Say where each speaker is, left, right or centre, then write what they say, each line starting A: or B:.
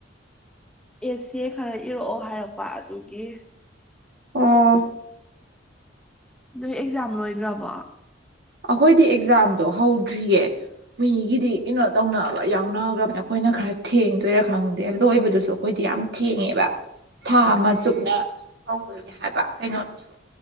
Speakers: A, in the centre; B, on the right.
A: ꯑꯦꯁꯦ ꯈꯔ ꯏꯔꯛꯑꯣ ꯍꯥꯏꯔꯛꯄ ꯑꯗꯨꯒꯤ
B: ꯑꯣ
A: ꯅꯣꯏ ꯑꯦꯛꯖꯥꯝ ꯂꯣꯏꯒ꯭ꯔꯕꯣ
B: ꯑꯩꯈꯣꯏꯗꯤ ꯑꯦꯛꯖꯥꯝꯗꯣ ꯍꯧꯗ꯭ꯔꯤꯌꯦ ꯃꯤꯒꯤꯗꯤ ꯀꯤꯅꯣ ꯇꯧꯅꯕ ꯌꯥꯎꯅꯒ꯭ꯔꯕꯅꯦ ꯑꯩꯈꯣꯏꯅ ꯈꯔ ꯊꯦꯡꯗꯣꯏꯔꯥ ꯈꯪꯗꯦ ꯂꯣꯏꯕꯗꯨꯁꯨ ꯑꯩꯈꯣꯏꯗꯤ ꯌꯥꯝ ꯊꯦꯡꯉꯦꯕ
A: <inaudible>
B: ꯊꯥ ꯑꯃ ꯆꯨꯞꯅ ꯇꯧꯗꯣꯏꯅꯦ ꯍꯥꯏꯕ ꯀꯩꯅꯣꯗꯨꯁꯨ